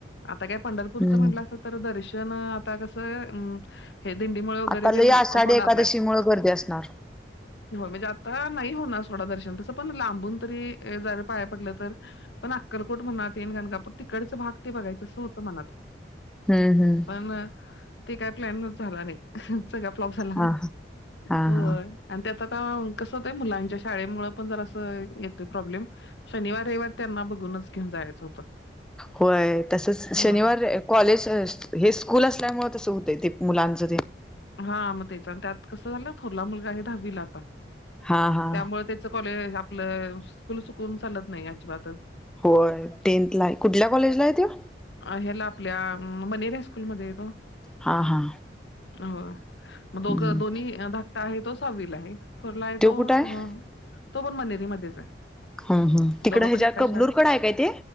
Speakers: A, on the left; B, in the centre.
A: आंता कायं पंढरपूरचं
B: हम्म
A: म्हणलं असं तरं दर्शन आंता कसं आहे हे दिंडीमुळे वगैरें
B: आता
A: ते
B: लई
A: होणार
B: आषाढी एकादशी मुळे गर्दी असणारं
A: हो म्हणजे आंता नाहीं होणारं थोडं दर्शन तसं पणं लांबून तरी जरं पायां पडलं तरं पणं अक्कलकोट म्हणून गणकांपूर तिकडचं भांग ते बघायचं असं होतं मनांत
B: हम्म हम्म
A: म ते काय प्लॅन च झाला नाय सगळा फ्लॉप झाला.
B: हा हा हा
A: होय.
B: हा
A: आणि त्यात आता कसं होतय मुलांच्या शाळेमुळ पण जरासं येतोय प्रॉब्लेम शनिवार रयवार त्यांना बघूनच घेऊन जायचं होतं.
B: होय तसच शनिवार
A: हा
B: रय कॉलेज हे स्कूल असल्यामुळ तसं होतंय ते मुलांचं ते
A: हा म तेच त्यात कस झालं थोरला मुलगा आहे दहावीला आता
B: हा हा
A: त्यामुळ ते च कॉलेज आपलं स्कुल चुकवून चालत नाय अजिबातच
B: होय टेंथ हाय कुठल्या कॉलेजला हाय त्यो
A: अ ह्याला आपल्या मनेरि हाय-स्कूलमध्ये हाय तो
B: हा हा
A: होय
B: हम्म
A: म दोघं दोन्ही धाकटा आहे तो सहावीला आहे थोरला आहे
B: त्यो
A: तो
B: कुठं आहे
A: अ तो पण मनेरीमध्येच आहे.
B: हं हं तिकड
A: दोघं
B: ह्याच्या
A: पण एका
B: कबनुर
A: शाळेत
B: कडं हाय काय ते